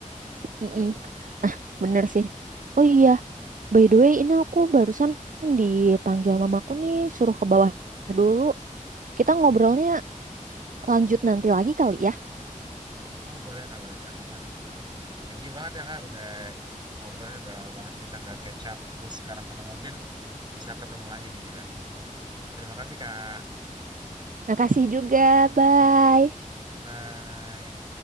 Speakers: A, on the right (about 75°); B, on the right (about 35°).
A: Mm-mm, bener sih. Oh iya, by the way ini aku barusan dipanggil mamaku nih suruh ke bawah dulu. Kita ngobrolnya lanjut nanti lagi kali ya.
B: Oh, boleh Kak, boleh Kak, aman aman. Thank you banget ya Kak, udah ngobrolnya udah lama banget kita nggak catch up. Terus sekarang ketemu mungkin bisa ketemu lagi nih di lain waktu. Terima kasih Kak.
A: Makasih juga, bye.
B: Bye.